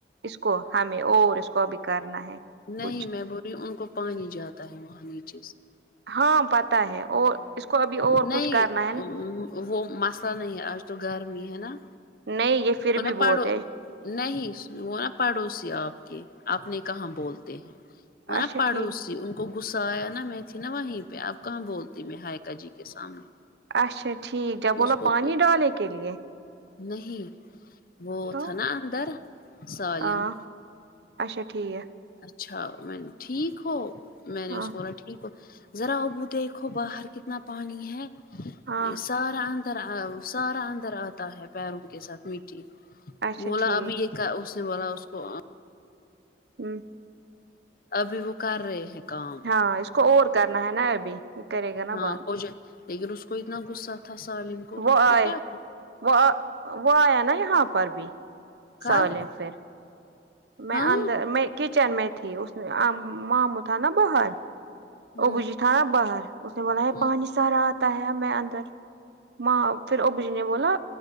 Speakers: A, on the right; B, on the left.
A: اس کو ہمیں اور اس کو بھی کرنا ہے
B: نہیں
A: کچھ
B: میں بولی ان کو پانی جاتا ہے وہاں نیچے سے
A: ہاں پتا ہے اور اس کو ابھی اور
B: نہیں
A: کچھ کرنا ہے نا
B: وہ مسئلہ نہیں ہے آج تو گرمی ہے نا
A: نہیں یہ پھر
B: وہ نا
A: بھی
B: پڑو
A: بولتے
B: نہیں وہ نا پڑوسی آپ کے آپ نے کہاں بولتے ہیں وہ
A: اچھا
B: نا پڑوسی
A: ٹھیک
B: ان کو غصہ آ یا نا میں تھی نا وہیں پہ آپ کہاں بولتی میں ہائیک ک جی کے سامنے
A: اچھا ٹھیک ہے بولو
B: اس کو
A: پانی ڈالے کے لیے
B: نہیں وہ
A: تو
B: تھا نا اندر سالم
A: ہاں اچھا ٹھیک ہے
B: اچھا میں ٹھیک ہو میں نے
A: ہاں
B: اس کو ذرا بو دیکھو باہر کتنا پانی ہے
A: ہاں
B: اس سارا اندر سارا اندر آتا ہے پیروں کے ساتھ مٹی
A: اچھا
B: بولا
A: ٹھیک
B: ابھی یہ اس نے بولا اس کو
A: ہوں
B: ابھی وہ کر رہے ہیں کام
A: ہاں اس کو اور کرنا ہے نا ابھی یہ کرے گا نا
B: ہاں
A: بند
B: ہو جائے لیکن اس کو اتنا غصہ تھا سالم کو
A: وہ
B: اس کو
A: آئے
B: کیا
A: وہ وہ آیا نا یہاں پر بھی سا
B: کب
A: ہے پھر میں
B: ہاں
A: اندر میں کچن میں تھی اس مامو تھا نا باہر
B: ہ
A: وہ بجی تھا نا باہر اس نے بولا ہے
B: ہ
A: پانی سارا آتا ہے ہمیں اندر ماں پھر ابو جی نے بولا